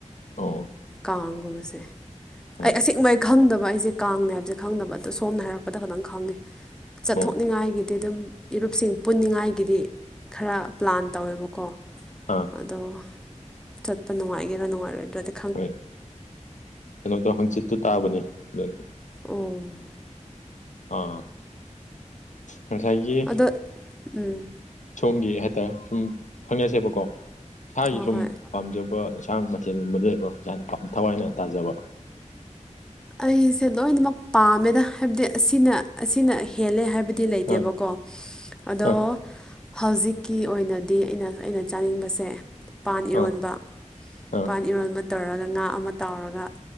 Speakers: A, on the left; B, in the centre.
A: ꯑꯣ
B: ꯀꯥꯡꯒꯨꯝꯕꯁꯦ
A: ꯑꯣ
B: ꯑꯩ ꯑꯁꯦꯡꯕ ꯑꯩ ꯈꯪꯗꯕ ꯑꯩꯁꯦ ꯀꯥꯡꯅꯦ ꯍꯥꯏꯕꯁꯦ ꯈꯪꯗꯅꯕ ꯑꯗꯣ ꯁꯣꯝꯅ ꯍꯥꯏꯔꯛꯄꯗ ꯈꯇꯪ ꯈꯪꯉꯦ ꯆꯠꯊꯣꯛꯅꯤꯡꯉꯥꯏꯒꯤꯗꯤ
A: ꯑꯣ
B: ꯑꯗꯨꯝ ꯏꯔꯨꯞꯁꯤꯡ ꯄꯨꯅꯤꯡꯉꯥꯏꯒꯤꯗꯤ ꯈꯔ ꯄ꯭ꯂꯥꯟ ꯇꯧꯋꯦꯕꯀꯣ
A: ꯑꯥ
B: ꯑꯗꯣ ꯆꯠꯄ ꯅꯨꯡꯉꯥꯏꯒꯦꯔ ꯅꯨꯡꯉꯥꯏꯔꯣꯏꯗ꯭ꯔ ꯗꯤ
A: ꯍꯣꯏ ꯀꯩꯅꯣꯗꯣ ꯍꯪꯆꯤꯠꯇꯨ ꯇꯥꯕꯅꯦ ꯑꯗꯨꯅ
B: ꯎꯝ
A: ꯑꯥ ꯉꯁꯥꯏꯒꯤ
B: ꯑꯗꯣ ꯎꯝ
A: ꯁꯣꯝꯒꯤ ꯍꯥꯏꯇꯥꯔꯦ ꯁꯨꯝ ꯈꯪꯅꯁꯦꯕꯀꯣ ꯏꯁꯥꯒꯤ
B: ꯍꯣꯏ
A: ꯁꯨꯝ
B: ꯍꯣꯏ
A: ꯄꯥꯝꯖꯕ ꯏꯟꯁꯥꯡ ꯃꯊꯦꯜꯒꯨꯝꯕꯗ ꯂꯩꯕꯔꯣ ꯌꯥꯝꯅꯥ ꯊꯋꯥꯏꯅ ꯇꯥꯖꯕ
B: ꯑꯩꯁꯦ ꯂꯣꯏꯅꯃꯛ ꯄꯥꯝꯃꯦꯗ ꯍꯥꯏꯕꯗꯤ ꯑꯁꯤꯅ ꯑꯁꯤꯅ ꯍꯦꯜꯂꯦ ꯍꯥꯏꯕꯗꯤ ꯗꯤ ꯂꯩꯇꯦꯕꯀꯣ
A: ꯑꯥ
B: ꯑꯗꯣ
A: ꯑꯥ
B: ꯍꯧꯖꯤꯛꯀꯤ ꯑꯣꯏꯅꯗꯤ ꯑꯩꯅ ꯑꯩꯅ ꯆꯥꯅꯤꯡꯕꯁꯦ ꯄꯥꯟ
A: ꯑꯥ
B: ꯏꯔꯣꯟꯕ
A: ꯑꯥ
B: ꯄꯥꯟ ꯏꯔꯣꯟꯕ ꯇꯧꯔꯒ ꯉꯥ ꯑꯃ ꯇꯥꯎꯔꯒ